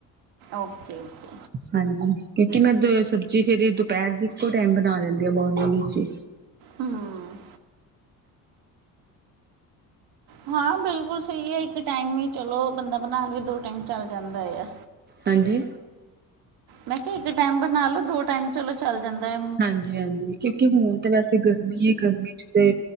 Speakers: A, on the right (about 80°); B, on the right (about 30°).
A: ਓਕੇ ਓਕੇ
B: ਹਾਂਜੀ ਕਿਉਂਕਿ ਮੈਂ ਸਬਜ਼ੀ ਫੇਰ ਦੁਪਹਿਰ ਦੀ ਇੱਕੋ ਟਾਈਮ ਬਣਾ ਲੈਂਦੀ ਹਾਂ ਮੋਰਨਿੰਗ ਵਿੱਚ ਹੀ
A: ਹਮ ਹਾਂ ਬਿਲਕੁਲ ਸਹੀ ਹੈ ਇੱਕ ਟਾਈਮ ਨ ਚਲੋ ਬੰਦਾ ਬਣਾ ਲਵੇ ਦੋ ਟਾਈਮ ਚੱਲ ਜਾਂਦਾ ਆ
B: ਹਾਂਜੀ
A: ਮੈਂ ਕਿਹਾ ਇੱਕ ਟਾਈਮ ਬਣਾ ਲਉ ਦੋ ਟਾਈਮ ਚਲੋ ਚੱਲ ਜਾਂਦਾ ਹੈ
B: ਹਾਂਜੀ ਹਾਂਜੀ ਕਿਉਂਕਿ ਹੁਣ ਤਾਂ ਵੈਸੇ ਗਰਮੀ ਹੈ ਗਰਮੀ ਚ ਤੇ